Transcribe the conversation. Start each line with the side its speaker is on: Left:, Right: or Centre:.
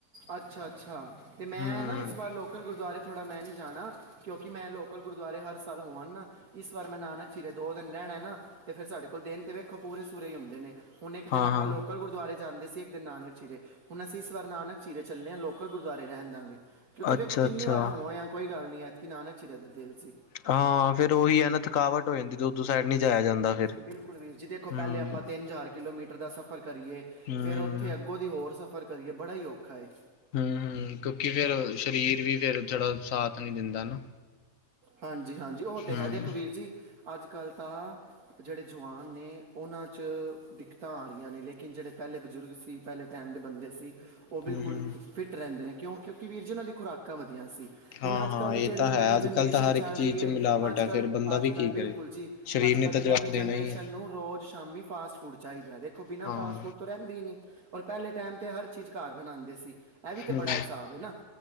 Right: ਅੱਛਾ ਅੱਛਾ ਤੇ ਮੈਂ
Left: ਹੂੰ
Right: ਨਾ ਇਸ ਵਾਰ ਲੋਕਲ ਗੁਰਦੁਆਰੇ ਥੋੜ੍ਹਾ ਮੈਂ ਨਹੀਂ ਜਾਣਾ ਕਿਉਂਕਿ ਮੈਂ ਲੋਕਲ ਗੁਰਦੁਆਰੇ ਹਰ ਸਾਲ ਹੋ ਆ ਨਾ ਇਸ ਵਾਰ ਮੈਂ ਨਾਨਕ ਸ਼ਿਰੇ ਦੋ ਦਿਨ ਰਹਿਣਾ ਨਾ ਤੇ ਫਿਰ ਸਾਡੇ ਕੋਲ ਦਿਨ ਤੇ ਵਿੱਖੋ ਪੂਰੇ ਸੂਰ ਹੀ ਹੁੰਦੇ ਨੇ ਹੁਣ ਇੱਕ ਦਿਨ
Left: ਹਾਂ-ਹਾਂ
Right: ਆਪਾਂ ਲੋਕਲ ਗੁਰੂ ਗੁਰਦੁਆਰੇ ਜਾਂਦੇ ਸੀ ਇੱਕ ਦਿਨ ਨਾਨਕ ਚੀਰੇ ਹੁਣ ਅਸੀਂ ਇਸ ਵਾਰ ਨਾਨਕ ਚੀਰੇ ਚੱਲੇ ਹਾਂ ਲੋਕਲ ਗੁਰਦੁਆਰੇ ਰਹਿਣ ਦਾਂਗੇ ਕਿਉਂਕਿ
Left: ਅੱਛਾ-ਅੱਛਾ
Right: ਵੇਖੋ ਕਿੰਨੀ ਵਾਰ ਹੋਵ ਆ ਕੋਈ ਗੱਲ ਨਹੀਂ ਐਤਕੀ ਨਾਨਕ ਚੀਰਾ ਦਾ ਦਿਲ ਸੀ
Left: ਹਾਂ ਫੇਿਰ ਉਹੀ ਇਹ ਨਾ ਥਕਾਵਟ ਹੋ ਜਾਂਦੀ ਦੁੱਰ ਸਾਈਡ ਨੀ ਜਾਇਆ ਜਾਂਦਾ ਫਿਰ
Right: ਬਿਲਕੁਲ ਵੀਰ ਜੀ ਦੇਖੋ ਪਹਿਲੇ
Left: ਹੂੰ,
Right: ਆਪਾਂ
Left: ਹੂੰ,
Right: ਤਿੰਨ ਹਾਰ ਕਿਲੋਮੀਟਰ ਦਾ ਸਫ਼ਰ ਕਰੀਏ
Left: ਹੂੰ।
Right: ਫੇਰ
Left: ਹੂੰ,
Right: ਉੱਥੇ ਅੱਗੋਂ ਦੀ ਹੋਰ ਸਫ਼ਰ ਕਰੀਏ ਬੜਾ ਹੀ ਔਖਾ ਏ
Left: ਹਮ ਹਮ ਕਿਉਂਕਿ ਫੇਰ ਸਰੀਰ ਵੀ ਫੇਰ ਥੋੜਾ ਸਾਥ ਨੀ ਦਿੰਦਾ ਨਾ।
Right: ਹਾਂਜੀ-ਹਾਂਜੀ ਉਹ ਤੇ
Left: ਹੂੰ,
Right: ਹੈ, ਦੇਖੋ ਵੀਰ ਜੀ ਅੱਜ-ਕੱਲ ਤਾਂ ਜਿਹੜੇ ਜਵਾਨ ਨੇ ਉਹਨਾਂ 'ਚ ਦਿੱਕਤਾਂ ਆ ਰਿਆ ਨੇ ਲੇਕਿਨ ਜਿਹੜੇ ਪਹਿਲੇ ਬਜ਼ੁਰਗ ਸੀ। ਪਹਿਲੇ ਟੈਮ ਦੇ ਬੰਦੇ ਸੀ, ਉਹ
Left: ਹੂੰ,
Right: ਬਿਲਕੁਲ
Left: ਹੂੰ।
Right: ਫਿੱਟ ਰਹਿੰਦੇ ਨੇ ਕਿਉਂ, ਕਿਉਂਕਿ ਵੀਰ ਜੀ ਉਹਨਾਂ ਦੀ ਖੁਰਾਕਾਂ ਵਧੀਆ ਸੀ।
Left: ਹਾਂ-ਹਾਂ
Right: ਹੁਣ ਅੱਜ-ਕੱਲ ਦੇ
Left: ਇਹ
Right: ਜਿਹੜੇ
Left: ਤਾਂ
Right: ਨਵੀਂ
Left: ਹੈ ਅੱਜ-ਕੱਲ੍ਹ
Right: ਜਨ
Left: ਤਾਂ
Right: ਸ਼ਨ
Left: ਹਰ
Right: ਚੱਲ
Left: ਇੱਕ ਚੀਜ਼
Right: ਰਹੀ ਏ
Left: 'ਚ ਮਿਲਾਵਟ
Right: ਅੱਜ-ਕੱਲ,
Left: ਹੈ ਫੇਰ ਬੰਦਾ
Right: ਅੱਜ-ਕੱਲ
Left: ਵੀ ਕੀ ਕਰੇ।
Right: ਬਿਲਕੁਲ ਜੀ,
Left: ਸਰੀਰ
Right: ਅੱਜ
Left: ਨੇ
Right: ਕੱਲ
Left: ਤਾਂ
Right: ਤੇ
Left: ਜਵਾਬ
Right: ਨਵੀਂ
Left: ਦੇਣਾ
Right: ਜਨਰੇਸ਼ਨ
Left: ਹੀ ਹੈ।
Right: ਨੂੰ ਰੋਜ਼ ਸ਼ਾਮੀ ਫਾਸਟ ਫੂਡ ਚਾਈਦਾ ਐ ਦੇਖੋ, ਬਿਨਾਂ
Left: ਹਾਂ,
Right: ਫਾਸਟ ਫੂਡ ਰਹਿੰਦੇ ਹੀ ਨੀ, ਔਰ ਪਹਿਲੇ ਟੈਮ ਤੇ ਹਰ ਚੀਜ਼ ਘਰ ਬਣਾਦੇ ਸੀ। ਇਹ ਵੀ ਤੇ
Left: ਹੂੰ,
Right: ਬੜਾ ਹਿਸਾਬ ਹੈ ਨਾ,